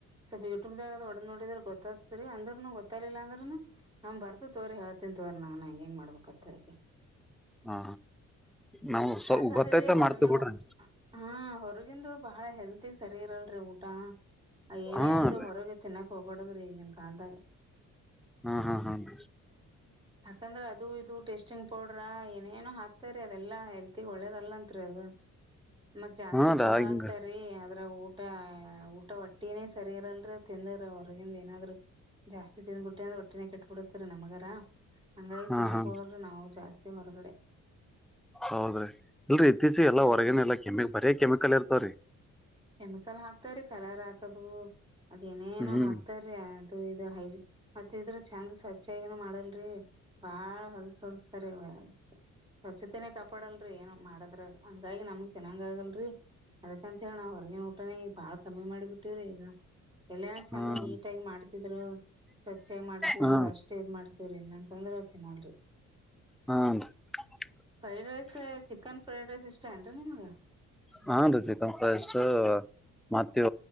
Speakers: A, on the right (about 15°); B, in the centre.
A: ಸ್ವಲ್ಪ ಯೂಟ್ಯೂಬ್ ದಾಗ ಒಡದ್ ನೋಡಿದ್ರ ಗೊತ್ತಾಗತ್ರಿ ಅಂದ್ರನು ಗೊತ್ತಿಲ್ಲ ಅಂದ್ರ್ನು. ನಮ್ ಬರ್ತು ತೋರಿ ಹೇಳ್ತನಿ ತೋರಿ ನಾನ್ ಹಂಗೆಂಗೆ ಮಾಡ್ಬೇಕತ್ತ <unintelligible>
B: ಹ ನಾವು ಸ್ವಲ್ಪ
A: ಯಾಕಂದ್ರೀ
B: ಗೊತ್ತೈತ
A: ಹೊರಗೆ
B: ಮಾಡ್ತೇವಿ ಬಿಡ್ರಿ
A: ಹೊ.. ಹುಂ ಹೊರಗಂದು ಬಹಳ ಹೆಲ್ತಿ ಸರಿ ಇರಲ್ರಿ ಊಟ ಏನೇ
B: ಹಾ
A: ಅಂದ್ರು
B: ರೀ
A: ಹೊರಗೆ ತಿನ್ನಕ್. ಕೋಪಡ್ದುರಿ ಈ ಕಾಲ್ದಾಗ
B: ಹ್ಮ್ ಹ್ಮ್ ಹ್ಮ್
A: ಯಾಕಂದ್ರೆ ಅದು ಇದು ಟೇಸ್ಟಿಂಗ್ ಪೌಡ್ರ ಏನೇನು ಹಾಕ್ ಸರಿ ಅದೆಲ್ಲಾ ಹೆಲ್ತಿ ಒಳ್ಳೇದಲ್ಲ ಅಂತ್ರಿ ಅದು. ಮತ್ ಜಾಸ್ತಿ
B: ಹಾ ರಾ
A: ಸೋಡಾ
B: ಹಿಂಗ
A: ಹಾಕ್ತಾರಿ ಅದ್ರ ಊಟ ಊಟ ಒಟ್ಟಿನೇ ಸರಿ ಇರಲ್ರೀ. ತಿಂದರೆ ಹೊರಗಿಂದ ಏನಾದ್ರು ಜಾಸ್ತಿ ತಿಂದ್ಬಿಟ್ಟಿ ಒಟ್ಟಿನೇ ಕೆಟ್ಟಟ್ಬ ಬಿಡುತ್ತೆ ನಮ್ಗರ ಹಂಗಾಗಿ
B: ಹಾ
A: ತಿನ್ನಕ್
B: ಹಾ
A: ಹೋಗಲ್ರಿ ನಾವು ಜಾಸ್ತಿ ಹೊರಗಡೆ
B: ಹೌದ್ರಿ ಇಲ್ರರಿ ಇತ್ತೀಚಿಗೆ ಎಲ್ಲಾ
A: ಹ್ಮ್
B: ಹೊರಗನ ಎಲ್ಲಾ ಕೆಮಿ ಬರೇ ಕೆಮಿಕಲ್ ಇರ್ತವ್ರೀ.
A: ಕೆಮಿಕಲ್ ಹಾಕ್ತಾರೆ ಕಲರ್ ಹಾಕದು ಅದ್ ಏನೇನೋ
B: ಹ್ಮ್
A: ಹಾಕ್ತಾರೀ ಅದು ಇದು ಹೈ ಮತ್ತ್ ಇದ್ರ ಚಂದ ಸ್ವಚ್ಛಗಿನೂ ಮಾಡಲ್ರಿ ಬಾಳ ಹೊಲ್ಸ ಹೊಲ್ಸ್ತಾರ ಇ ಸ್ವಚ್ಛತೆನೇ ಕಾಪಾಡಲ್ರರಿ ಏನು ಮಾಡದ್ರ ಹಂಗಾಗಿ ನಮಗ್ ತಿನ್ನಂಗ ಆಗಲ್ರರಿ ಅದಕಂತ ಹೇಳ ನಾವ್ ಹೋರ್ <unintelligible> ಊಟಾನೆ ಈ ಬಾಳ ಕಮ್ಮಿ ಮಾಡಿಬಿಟ್ಟವ್ರಿ ಈಗ ಎಲ್ಲನ ಚಂದ
B: ಹ್ಮ್
A: ನೀಟ್ಗಿ ಮಾಡ್ತಿದ್ರು ಸ್ವಚ್ಛ ಮಾಡ್ತಿದ
B: ಹಾ
A: ಅಂದ್ರ
B: ಹಾ
A: ಅಷ್ಟೇ ಇದ್ ಮಾಡ್ತವ್ರಿ ಇಲ್ಲಾಂತಂದ್ರ ತಿನ್ನಲ್ರಿ
B: ಹಾಂ <unintelligible>
A: fried rice chicken fried rice ಇಷ್ಟ ಏನ್ರಿ ನಿಮ್ಗ
B: ಹಾ ರಿ ಚಿಕನ್ ಫ್ರೈಸು ಮತ್ತು